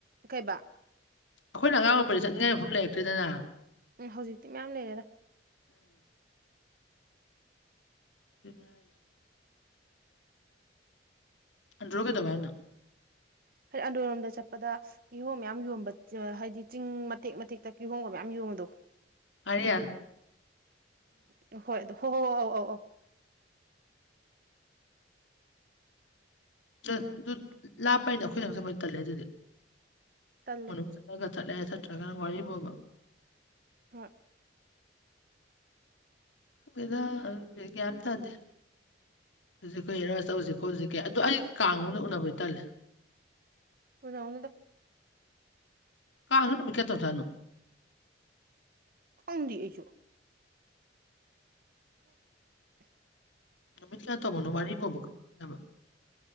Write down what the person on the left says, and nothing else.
ꯑꯩꯈꯣꯏꯅ ꯑꯉꯥꯡ ꯑꯣꯏꯔꯤꯗ ꯆꯠꯅꯤꯡꯉꯥꯏ ꯃꯐꯝ ꯂꯩꯔꯛꯇꯦꯗꯅ
ꯎꯝ, <unintelligible> ꯑꯟꯗ꯭ꯔꯣꯗ ꯀꯩꯗꯧꯋꯦ ꯍꯥꯏꯅꯣ
ꯉꯔꯤꯌꯥꯟ
ꯑꯗꯨ ꯂꯥꯞꯄꯅꯤꯅ ꯑꯩꯈꯣꯏꯗꯤ ꯑꯃꯨꯛ ꯆꯠꯄ ꯇꯜꯂꯦ ꯑꯗꯨꯗꯤ
ꯏꯃꯨꯡ ꯃꯅꯨꯡ ꯆꯠꯂꯒ ꯆꯠꯂꯦ ꯆꯠꯇ꯭ꯔꯒꯅ ꯋꯥꯔꯤꯕꯨꯕ
ꯈꯪꯗꯦꯗ ꯒ꯭ꯌꯥꯟ ꯑꯝ ꯇꯥꯗꯦ ꯍꯧꯖꯤꯛ ꯑꯩꯈꯣꯏ ꯍꯦꯔꯣ ꯇꯧꯖꯤꯛꯀꯣ ꯍꯧꯖꯤꯛꯀꯤ ꯑꯗꯣ ꯑꯩ ꯀꯥꯡ ꯃꯅꯨꯡꯗ ꯎꯅꯕ ꯇꯜꯂꯦ
ꯀꯥꯡꯖꯦ ꯅꯨꯃꯤꯠ ꯀꯌꯥꯅꯤ ꯇꯧꯖꯠꯅꯣ
ꯅꯨꯃꯤꯠ ꯀꯌꯥ ꯇꯧꯕꯅꯣ ꯋꯥꯔꯤꯕꯣꯕ ꯈꯪꯗꯦꯕ